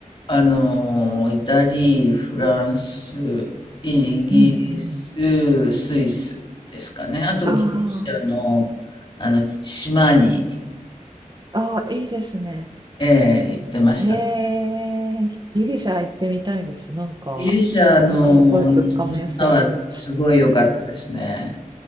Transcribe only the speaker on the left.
あの、イタリー、フランス、イギリス、
スイスですかね。あとギリシャの、
あの島に
ええ、行ってました。
ギリシャの
島はすごい良かったですね。